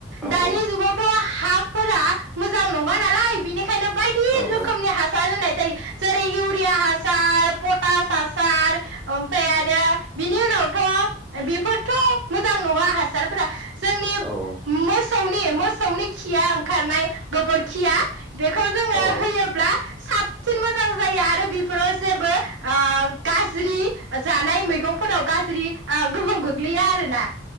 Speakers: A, in the centre; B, on the right (about 80°).
A: औ
B: दानि
A: औ
B: जुगावथ' हाफोरा मोजां नङा नालाय बिनिखायनो बायदि
A: औ
B: रोखोमनि हासार होनाय जायो जेरै इउ या हासार, पटास हासार ओमफाय आरो बिनि उनावथ' बिफोरथ' मोजां नङा हासार <unintelligible> जोंनि
A: औ
B: मोसौनि मोसौनि खिया ओंखारनाय गोबोरखिया बेखौ जोङो
A: औ
B: होयोब्ला साबसिन मोजां जायो आरो बेफोराव जेबो ओ गाज्रि जानाय मैगंफोराव गाज्रि ओ गोहोम गोग्लैया आरोना